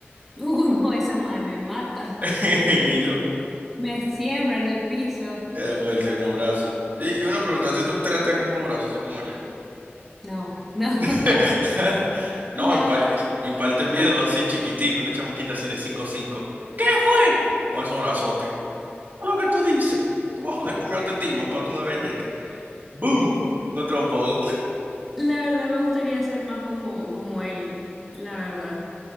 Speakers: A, in the centre; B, on the right.
A: <laughs> uh, no, esa madre me mata,
B: <laughs> Ni yo.
A: me siembra en el piso.
B: Es bueno, tiene unos brazos. Y, y una pregunta, ¿si te gustaría tener como los brazos, así como ella?
A: No, no,
B: <laughs>
A: <laughs>
B: No,
A: no,
B: impa- imparte miedo,
A: no.
B: así chiquitico, una chamaquita así de cinco cinco. ¿Qué fue? Con esos brazotes. ¿Qué Es lo que tú dices. Tú vas a joder comerte timo, para una galleta. ¡Boom! Un trombón.
A: La verdad me gustaría ser más como, como Ellie, la verdad.